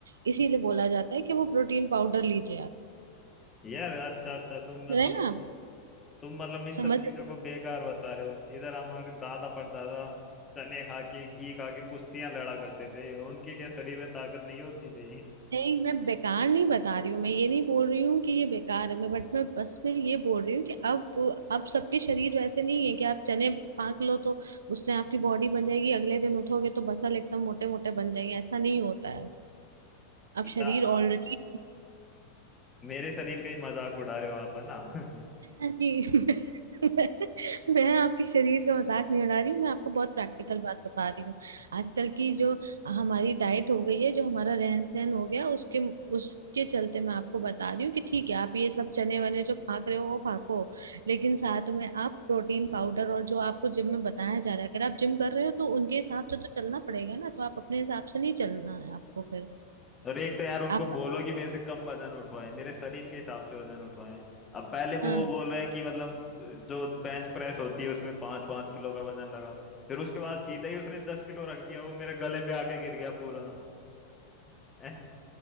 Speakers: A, on the right; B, on the left.
A: इसीलिए बोला जाता है कि वो प्रोटीन पाउडर लीजिए आप
B: यार अच्छा अच्छा तो मतलब
A: है ना
B: तो तुम मतलब इन
A: समझ
B: सब चीजों को बेकार बता रहे हो इधर हमारे दादा परदादा चने खा के घी खा के कुश्तियां लड़ा करते थे उनके क्या शरीर में ताकत नहीं होती थी
A: नहीं मैं बेकार नहीं बता रही हूँ मैं ये नहीं बोल रही हूँ कि ये बेकार है मैं बट मैं बस मैं ये बोल रही हूँ कि अब अब सबके शरीर वैसे नहीं है कि आप चने फाँक लो तो उससे आपकी बॉडी बन जाएगी अगले दिन उठोगे तो बसल एकदम मोटे मोटे बन जाएंगे ऐसा नहीं होता है अब
B: अच्छा
A: शरीर ऑलरेडी
B: आप मेरे शरीर का ही मजाक उड़ा रहे हो आप है ना <laughs>
A: जी <laughs> मैं, मैं आपके शरीर का मजाक नहीं उड़ा रही हूँ मैं आपको बहुत प्रैक्टिकल बात बता रही हूँ आजकल की जो हमारी डाइट हो गई है जो हमारा रहन सहन हो गया उसके उसके चलते मैं आपको बता रही हूँ कि ठीक है आप ये सब चने वने जो फाक रहे हो वो फाको लेकिन साथ में आप प्रोटीन पाउडर और जो आपको जिम में बताया जा रहा है अगर आप जिम कर रहे हो तो उनके हिसाब से तो चलना पड़ेगा ना तो आप अपने हिसाब से नहीं चलना है आपको फिर
B: और एक तो यार उनको
A: आप
B: बोलो कि मेरे से कम वजन उठवाए मेरे शरीर के हिसाब से वजन उठवाए अब पहले
A: हाँ
B: वो बोल रहे हैं कि मतलब जो बेंच प्रेस होती है उसमें पाँच पाँच किलो का वजन लगा फिर उसके बाद सीधा ही उसने दस किलो रख दिया वो मेरे गले पे आके गिर गया पूरा <laughs> ऐ-